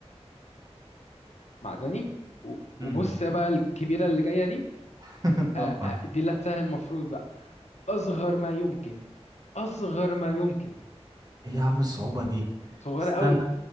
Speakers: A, on the left; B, on the right.
A: معدني و- وبص
B: امم
A: يا بقى الكبيرة اللي جاية دي
B: <laughs>
A: آه،
B: اه
A: آه، دي اللي هتسهل المفروض بقى أصغر ما يمكن أصغر ما يمكن
B: ايه يا عم الصعوبة دي
A: صغيرة
B: استنى
A: قوي